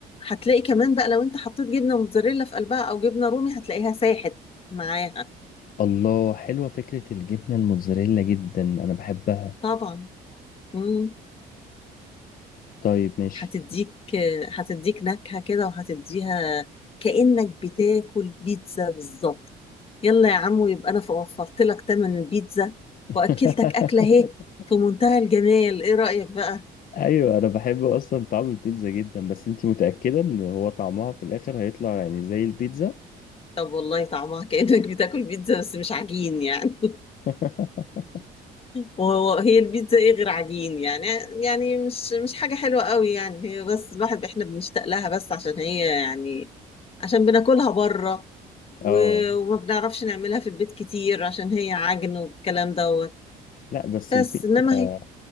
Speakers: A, on the left; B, on the left.
A: هتلاقي كمان بقى لو انت حطيت جبنة موتزاريلا في قلبها او جبنة رومي هتلاقيها ساحت معاها
B: الله حلوة فكرة الجبنة الموتزاريلا جدا انا بحبها
A: طبعا مم.
B: طيب ماشي
A: هتديك هتديك نكهة كده وهتديها كأنك بتاكل بيتزا بالظبط يلا يا عمو يبقى انا وفرت لك تمن البيتزا
B: <laughs>
A: واكلتك اكلة اهي في منتهى الجمال ايه رأيك بقى
B: ايوه انا بحب اصلا طعم البيتزا جدا بس انتي متأكدة ان هو طعمها في الاخر هيطلع يعني زي البيتزا
A: طب والله طعمها كأنك بتاكل بيتزا بس مش عجين يعني
B: <laughs>
A: وهو هي البيتزا ايه غير عجين يعني يعني مش مش حاجة حلوة قوي يعني هي بس الواحد احنا بنشتاق لها بس عشان هي يعني عشان بناكلها بره و-
B: اه
A: وما بنعرفش نعملها في البيت كتير عشان هي عجن والكلام دوت
B: لا بس
A: بس
B: البيتزا
A: انما هي